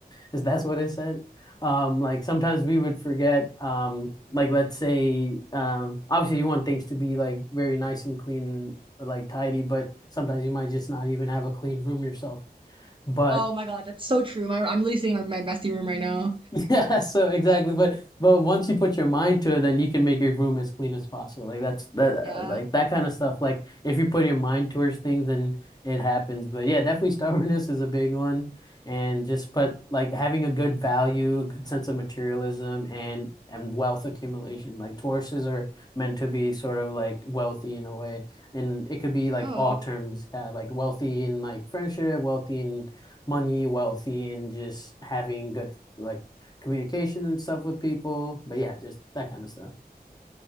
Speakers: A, on the left; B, on the right.
A: Is that's what I said? Um, like sometimes we would forget, um, like let's say, um, obviously you want things to be like very nice and clean, like tidy, but sometimes you might just not even have a clean room yourself. But
B: Oh my God, that's so true. My, I'm literally sitting in my, my messy room right now.
A: Yeah, <laughs> so exactly. But but once you put your mind to it, then you can make your room as clean as possible. Like that's that
B: Yeah.
A: uh, like that kind of stuff. Like if you put your mind towards things, then it happens. But yeah, definitely stubbornness is a big one. And just put like having a good value, a good sense of materialism and and wealth accumulation. Like Tauruses are meant to be sort of like wealthy in a way. And it could be like
B: Oh.
A: all terms, yeah, like wealthy in like friendship, wealthy in money, wealthy in just having good like communication and stuff with people. But yeah, just that kind of stuff.